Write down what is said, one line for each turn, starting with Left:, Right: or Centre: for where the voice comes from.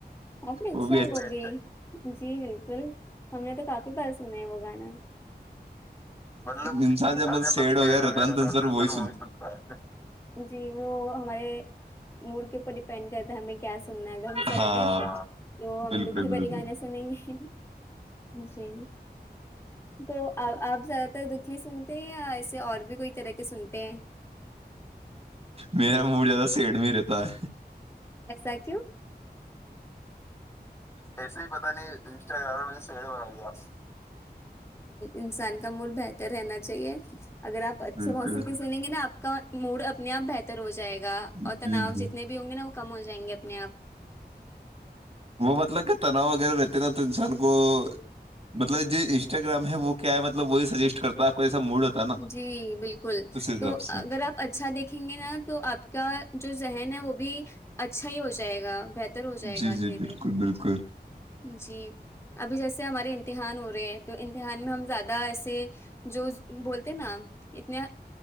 Left: آنی
Right: وہ
Left: اچھا
Right: بھی
Left: ہے بب جی بالکل ہم نے تو کافی بار سنا ہے وہ گانا مطلب
Right: انسان
Left: انان
Right: جب
Left: ج
Right: مطلب سیڈ وغیرہ
Left: وغہتا
Right: رہتا ہے نا تو انسان وہی
Left: ہے سنتا ہے جی وہ ہمارے مڑ کےوپر اسپینڈ کرتا ہمیں کیا سننا ہم شاید
Right: ہاں
Left: ہے تو ہم
Right: بالکل
Left: دکھی بھری
Right: بالکل
Left: گانے سنیں گے جی تو آپ زیادہ تر دکھی سنتے ہیں یا ایسے اور بھی کوئی طرح کے سنتے ہیں
Right: میرا موڈ زیادہ سیڈ میں رہتا ہے
Left: ایسکو ایسا ہی پتا نہیں انسٹاگرام نے سیڈ بنادیا انسان کا موڈ بہتر رہنا چاہیے اگر آپ اچھے
Right: بالکل
Left: موسیقی سن گے نا آپ کا موڈ اپنے آپ بہتر ہو جائے گا
Right: جی
Left: اور تناؤ
Right: جی
Left: جتنے بھی ہوں گے نا کم ہو جائیں گے اپنے آپ
Right: وہ مطلب کہ تناؤ وغیرہ رہتے نا تو انسان کو مطلب جو انسٹاگرام ہے وہ کیا ہے مطلب وہی سجیسٹ کرتا ہے آپ کو موڈ ہوتا ہے نا
Left: جی بالکل
Right: اس حساب
Left: تو اگر
Right: سے
Left: آپ اچھا دیکھیں گے نا تو آپ کا جو ذہن ہے وہ بھی اچھا ہی ہو جائے گا بتر بتر ہو جائے
Right: جی
Left: گا
Right: جی
Left: دھیرے دھیرے
Right: بالکل بالکل
Left: جی ابھی جیسے ہمارے امتحان ہو رہے ہیں تو امتحان میں ہم زیادہ ایسے جو بولتے ہیں نا اتنا